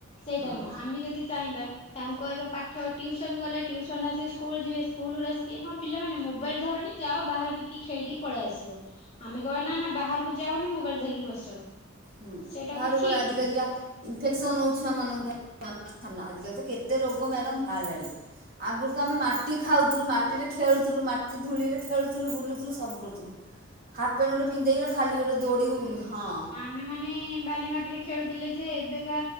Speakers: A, on the left (about 35°); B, on the right (about 50°).
A: ସେଇଟା
B: ହଁ
A: ନୁହଁ ଆମେ ଯଦି ତାଙ୍କୁ କହିବା ପାଠ ଟିଉସନ ଗଲେ ଟିଉସନ ଆସି ସ୍କୁଲ ଯିବେ ସ୍କୁଲୁ ଆସିକି ହଁ ପିଲାମାନେ ମୋ ମୋବାଇଲ ଧରନି ଯାଅ ବାହାରେ ଟିକେ ଖେଳିକି ପଳେଇ ଆସିବ। ଆମେ କହିବା ନା ବାହାରକୁ ଯାଅନି ମୋବାଇଲ ଧରିକି ବସ।
B: ହଁ
A: ସେଇଟା
B: ବାହାରକୁ
A: କଣ ଠିକ?
B: ଗଲେ ଆଜିିକାଲିକା ଇନଫେକ୍ସନ ହଉଛି ଛୁଆ ମାନଙ୍କର। ଆଜି କାଲି ତ କେତେ ରୋଗ ମ୍ୟାଡାମ୍ ବାହାରିଲାଣି। ଆଗରୁ ଆମେ ମାଟି ଖାଉଥିଲୁ ମାଟିରେ ଖେଳୁଥିଲୁ ମାଟି ଧୂଳିରେ ଖେଳୁଥିଲୁ ବୁଲୁଥିଲୁ ସବୁ କରୁଥିଲୁ। ହାପ୍ ପ୍ୟାଣ୍ଟ ଗୋଟେ ପିନ୍ଧି ଦେଇକିଁ ଖାଲି ଗୋଟେ ଦୋଉଡ଼ିବୁ ବୁଲିବୁ। ହଁ
A: ଆମେମାନେ ବାଲି ମାଟିରେ ଖେଳୁଥିଲେ ଯେ ଏବେକା